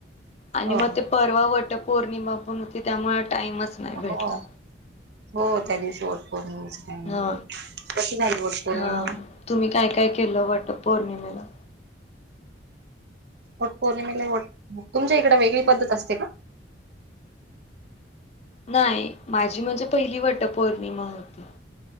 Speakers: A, on the left; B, on the right.
A: आणि
B: हो
A: मग ते परवा वट पौर्णिमा पण होती त्यामुळे टाईमच नाही भेटला.
B: हो हो हो त्या दिवशी वट पौर्णिमेचं टायमिंग
A: हा
B: कशी झाली वट पौर्णिमा
A: हा
B: मग
A: तुम्ही काय काय केलं वट पौर्णिमेला
B: वट पौर्णिमेला वट तुमच्या इकडं वेगळी पद्धत असते का?
A: नाही माझी म्हणजे पहिली वट पौर्णिमा होती.